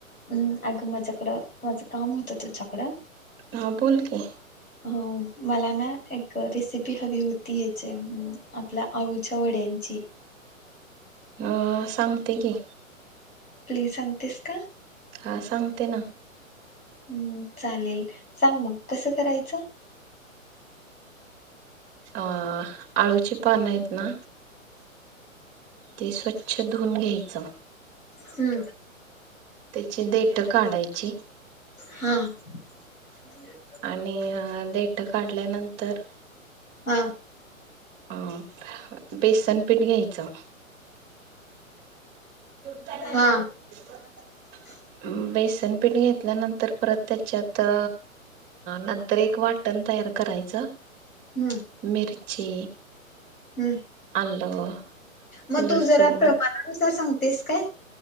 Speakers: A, on the left (about 85°); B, on the right (about 25°).
A: हूं अगं माझ्याकडं माझं काम होतं तुच्याकडं.
B: हां बोल की!
A: अ मला ना एक रेसिपी हवी होती, याची आपल अळूचा वड्यांची.
B: अ सांगते की!
A: प्लीज सांगतेस का?
B: हा सांगते ना!
A: हूं चालेल सांग मंग कसं करायच.
B: अ आळूची पान हेत ना! ते स्वच्छ धुवून घ्यायचं.
A: हूं!
B: त्याचे देठ काढायची.
A: हा! म्हणजे!
B: आणि अ देठ काढल्यानंतर.
A: हा!
B: अ बेसनपीठ घ्यायचं. <unintelligible>
A: हा <inaudible>
B: बेसन पीठ घेतल्यानंतर परत त्याच्यात अ नंतर एक वा टन तयार करायचं.
A: हूं!
B: मिरची!
A: हूं
B: आलं
A: म
B: लसूण
A: तू जरा प्रमाणात तस सांगतेस काय